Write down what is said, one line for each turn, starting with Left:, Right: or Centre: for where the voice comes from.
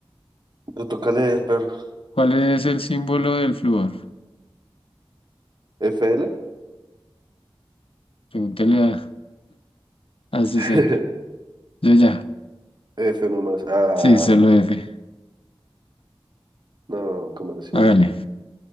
Right: Le toca leer, perro.
Left: ¿Cuál es el símbolo del flúor?
Right: F L?
Left: Pregúntale a, a Susana.
Right: <laughs>
Left: Yo ya.
Right: F nomás. Ah,
Left: Sí, solo F.
Right: no, ¿cómo así?
Left: Hágale.